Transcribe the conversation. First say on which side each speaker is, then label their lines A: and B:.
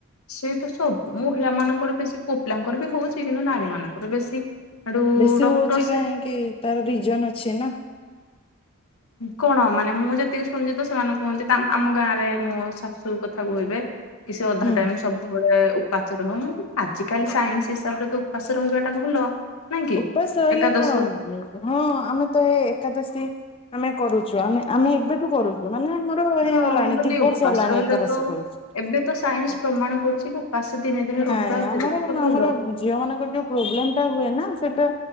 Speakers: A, on the left; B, on the left.
A: ସେଇଠୁ ସ ମହିଳା ମାନଙ୍କର ବେଶୀ କୋପିଲଙ୍କର ବି ହଉଛି କିନ୍ତୁ ନାରୀ ମାନଙ୍କର ବେଶୀ। ହେଠୁ
B: ବେଶୀ
A: ଡକ୍ଟର
B: ହୋଉଚି କାହିଁକି
A: ସେ
B: ତାର ରିଜନ୍ ଅଛି ନା।
A: କଣ ମାନେ ମୁଁ ଯେତିକି ଶୁଣିଚି ତ ସେମାନେ କୁହନ୍ତି ଆମ ଗାଁରେ ମୁ ଶାଶୁ କଥା କହିବେ କିସ ଅଧା
B: ହୁଁ।
A: ଟାଇମ୍ ସବୁବେଳେ ଉପାସ ରହୁନ ଆଜିକାଲି ସାଇନ୍ସ ହିସାବରେ ତ ଉପାସ ରହିବାଟା ଭଲ। ନାଇଁ କି
B: ଉପାସ୍ ରହିଲେ
A: ଏକାଦଶୀ
B: କଣ ହଁ ଆମେ ତ ଏ ଏକାଦଶୀ ଆମେ କରୁଛୁ ଆମେ ଆମେ ଏବେଠୁ କରୁ ମାନେ ଆମର ହେଇଗଲାଣି
A: ହଁ ମୁଁ କହିଲି
B: ଦି ବର୍ଷ
A: ଉପାସ
B: ହେଲାଣି
A: ରହିଲେ
B: ଏକାଦଶୀ
A: ତ
B: କରୁଚି।
A: ଏବେ ତ ସାଇନ୍ସ ପ୍ରମାଣ କରୁଚି କି ଉପାସ୍ ଦିନେ ଦିନେ
B: ନାଇଁ
A: ରହିବା
B: ଆମର
A: ତ
B: କଣ
A: ଭଲ।
B: ଆମର ଝିଅ ମାନଙ୍କର ଯୋଉ ପ୍ରୋବ୍ଲେମ୍ ଟା ହୁଏ ନା ସେଟା